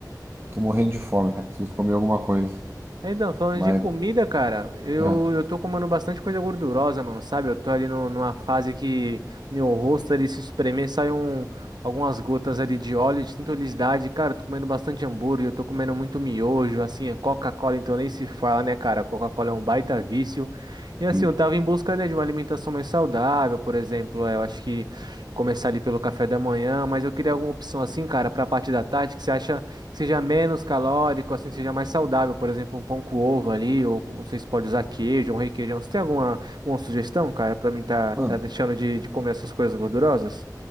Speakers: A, on the right; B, on the right.
A: Tô morrendo de fome, cara. Preciso comer alguma coisa.
B: Então, falando
A: Mas,
B: de comida, cara, eu,
A: ah,
B: eu tô comendo bastante coisa gordurosa, mano, sabe? Eu tô ali no- numa fase que meu rosto ali se espremer, sai um, algumas gotas ali de óleo, de tanta oleosidade. Cara, eu tô comendo bastante hambúrguer, eu tô comendo muito miojo, assim, é Coca-Cola, então nem se fala, né, cara? Coca-Cola é um baita vício. E assim,
A: enfim.
B: eu tava em busca, né, de uma alimentação mais saudável, por exemplo, é, eu acho que começar ali pelo café da manhã, mas eu queria alguma opção assim, cara, pra parte da tarde, que você acha que seja menos calórico, assim, seja mais saudável, por exemplo, um pão com ovo ali, ou não sei se pode usar queijo, um requeijão. Você tem alguma, alguma sugestão, cara, pra mim tá,
A: Mano,
B: tá deixando de, de comer essas coisas gordurosas?